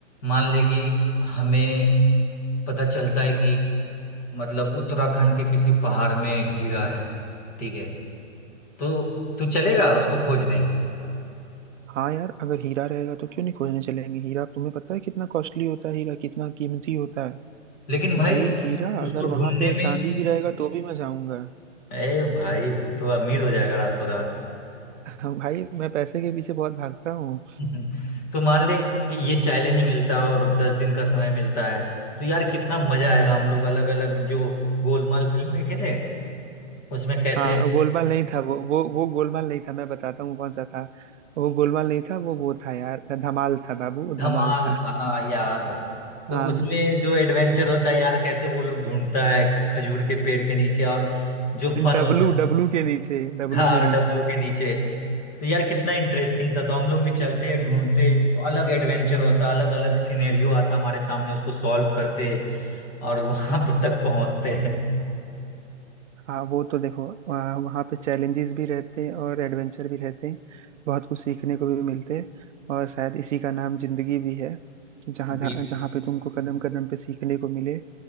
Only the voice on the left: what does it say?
मान ले कि हमें पता चलता है कि मतलब उत्तराखंड के किसी पहाड़ में हीरा है ठीक है तो तू चलेगा उसको खोजने
लेकिन भाई
उसको
ढूंढने
में
अरे भाई तू तो अमीर हो जाएगा रातों रात
<laughs> तो मान ले ये चैलेंज मिलता है और दस दिन का समय मिलता है तो यार कितना मजा आएगा हम लोग अलग अलग जो गोलमाल फिल्म देखे थे उसमें कैसे
धमाल
था हाँ यार तो
उसमें जो एडवेंचर होता है यार कैसे वो लोग ढूंढता है खजूर के पेड़ के नीचे और जो फन
होता
हाँ
डब्लू के नीचे तो यार कितना इंटरेस्टिंग था तो हम लोग भी चलते ढूंढते तो अलग एडवेंचर होता अलग अलग सिनेरियो आता हमारे सामने उसको सॉल्व करते और वहां पर तक पहुंचते हैं
बिल्कुल